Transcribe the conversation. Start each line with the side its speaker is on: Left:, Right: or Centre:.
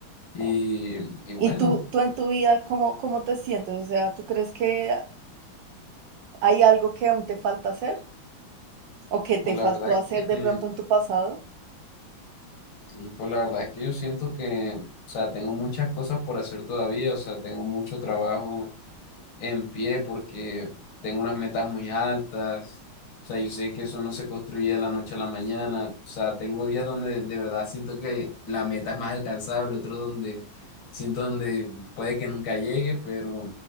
Left: Y, y bueno,
Right: ¿Y tú, tú en tu vida cómo, cómo te sientes? O sea, ¿tú crees que hay algo que aún te falta hacer o que te
Left: pues
Right: faltó
Left: la verdad
Right: hacer
Left: es
Right: de
Left: que,
Right: pronto en tu pasado?
Left: mm, pues la verdad es que yo siento que, o sea, tengo muchas cosas por hacer todavía, o sea, tengo mucho trabajo en pie porque tengo unas metas muy altas. O sea, yo sé que eso no se construye de la noche a la mañana. O sea, tengo días donde de verdad siento que la meta es más alcanzable, otros donde siento donde puede que nunca llegue, pero